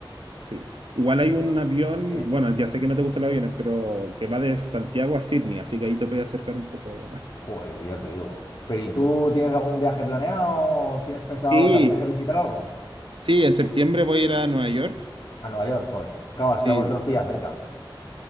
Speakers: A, on the right; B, on the left.
A: Sí. Igual hay
B: Y
A: un
B: tú,
A: avión,
B: dime,
A: bueno, ya sé que no te gustan los aviones, pero que va de Santiago a Sydney, así que ahí te puedes acercar un poco. <laughs>
B: joder, ya te digo. Pero ¿y tú tienes algún viaje planeado? ¿Tienes pensado,
A: Sí,
B: te apetece visitar algo?
A: sí, en septiembre voy a ir a Nueva York
B: A Nueva York, joder. Claro, es
A: Sí,
B: que a vosotros pilla cerca.